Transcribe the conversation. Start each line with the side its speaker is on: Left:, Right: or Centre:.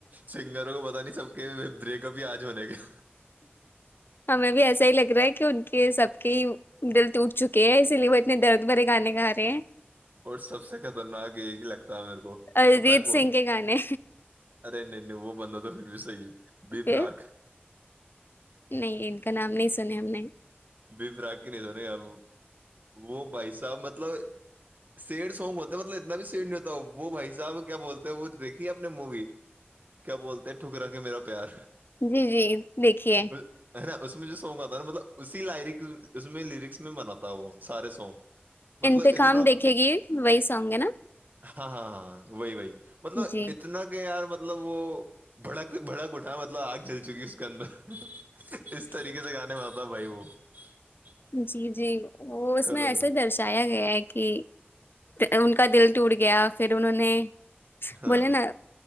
Right: سنگروں کو پتا نہیں سب کے بریک اپ ہی آج ہونے کے
Left: ہمیں بھی ایسا ہی لگ رہا ہے کہ ان کہ سب کے ہی دل تو اٹھ چکے ہیں اسی لیے وہ اتنے درد مرے گانے گاے سے <unintelligible>
Right: اور سب سے خطرناک یہ ل میرے کو
Left: ارجیت
Right: پتا کون
Left: سنگھ کے گانے
Right: ارے نہیں نہیں وہ بندا تو پھر بھی چاہیے و
Left: پہ
Right: پرراک
Left: نہیں ان کا نام نہیں سنے ہم نے
Right: ب فراق کی نہیں س رہب وہ بھائی صاحب مطلب سیڈ سانگ ہوتا مطلب اتنا بھی سیڈ نہیں ہوتا وہ بھائی صاحب کیا بولتے ہیں وہ دیکھی اپ نے مووی کیا بولتے ٹھکرا کے میرا پیار
Left: جی جی دیکھیے
Right: اس- ہے نا اس مجھ سگات تھا مطب اسی لائرک اس میں لیرکس میں بناتا وہ سارے سانگ مطلب
Left: انتقام
Right: اتنا
Left: دیکھے گی وہی سانگ ہے نا
Right: ہاں ہاں ہاں ہ وہی وہی مطلب
Left: جی
Right: اتنا کہ یار مطلب وہ بڑک بڑک اٹات آگ جل چکی اس کے اندر اس طریقے سے گانے میں آپ آ وہ <unintelligible>
Left: جی جی وہ اس
Right: خدا
Left: میں ایسے
Right: نا
Left: درشایا گیا ہے کہ ان کا دل ٹوٹ گیا پھر انہوں نے
Right: ہاں
Left: بولے نا